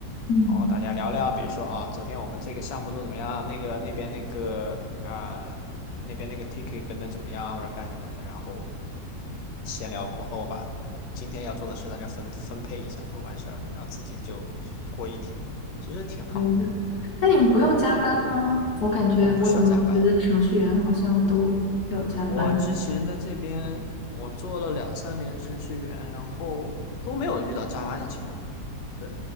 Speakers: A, on the left; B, on the left.
A: 嗯
B: 然后大家聊聊，比如说啊，昨天我们这个项目做怎么样？那个那边那个啊、那边那个 ticket 跟的怎么样，或者干什么的，然后闲聊过后吧，今天要做的事大家分分配一下就完事儿了，然后自己就过一天，其实挺好的，
A: 可以的。那你们不用加班吗？我感觉我怎么觉得程序员好像都要加班。
B: 我们不需要加班。我之前在这边，我做了两三年程序员，然后都没有遇到加班的情况。对，